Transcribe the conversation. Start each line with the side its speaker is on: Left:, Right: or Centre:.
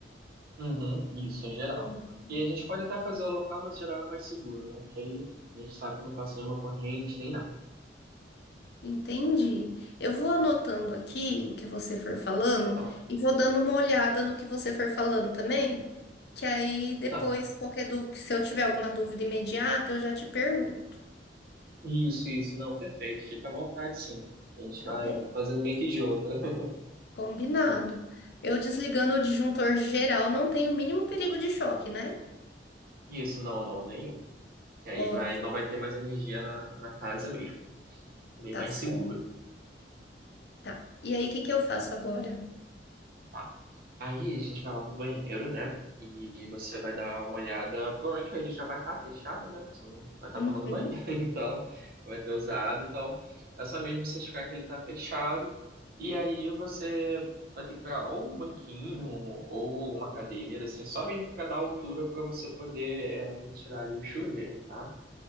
Right: Uhum, isso, em geral.
Left: Ótimo.
Right: Porque a gente pode até fazer o local, mas geral é mais seguro, né? Que aí a gente sabe que não passa nenhuma corrente nem nada.
Left: Entendi. Eu vou anotando aqui o que você for falando
Right: Tá,
Left: e vou dando uma olhada no que você for falando também, que aí depois,
Right: tá.
Left: qualquer dú- se eu tiver alguma dúvida imediata, eu já te pergunto,
Right: Isso, isso, não, perfeito. Fica à vontade, sim. A gente
Left: tá
Right: vai
Left: bem?
Right: fazendo meio que junto. <laughs>
Left: Combinado. Eu desligando o disjuntor geral, não tem o mínimo perigo de choque, né?
Right: Isso, não, não, nenhum. Que aí
Left: Ótimo,
Right: vai, não vai ter mais energia na, na casa mesmo. Bem
Left: tá
Right: mais
Left: certo.
Right: seguro.
Left: Tá. E aí, o que que eu faço agora?
Right: Tá. Aí a gente vai lá pro banheiro, né? E você vai dar uma olhada. Provavelmente a gente já vai estar fechado, né? Porque Você não vai estar
Left: Uhum,
Right: tomando banho, <laughs> então vai ter usado. Então é só mesmo certificar que ele está fechado. E aí você vai ter que pegar ou um banquinho ou alguma cadeira, assim, só mesmo para dar altura para você poder é, retirar ali o chuveiro, tá?